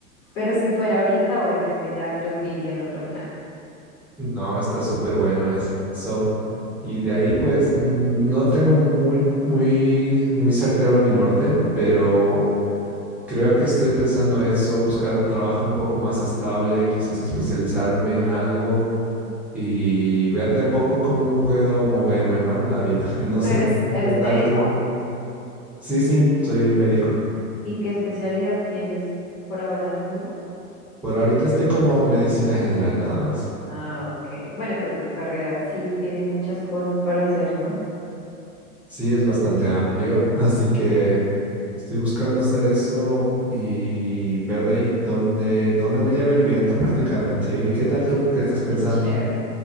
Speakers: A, on the left; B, in the centre.
A: Pero si fuera ahorita, obviamente ya creo que iría en otro plan.
B: No, está súper bueno eso. Y de ahí, pues, no tengo muy, muy, muy certero mi norte, pero creo que estoy pensando eso, buscar un trabajo un poco más estable, quizás especializarme en algo y ver de a poco cómo puedo moverme, ¿no? En la vida. <laughs> Y no
A: ¿Tú
B: sé,
A: eres, eres
B: ¿qué tal
A: médico?
B: tú? Sí, sí, soy médico.
A: ¿Y qué especialidad tienes por ahora? ¿Ninguna?
B: Por ahorita estoy como medicina general nada más.
A: Ah, ok. Bueno, pero tu carrera sí tiene muchas cosas para hacer, ¿no?
B: Sí, es bastante amplio, así que... Estoy buscando hacer eso y ver de ahí dónde, dónde me lleva el viento <laughs> prácticamente. ¿Y qué tal tú? ¿Qué estás pensando?
A: Qué chévere.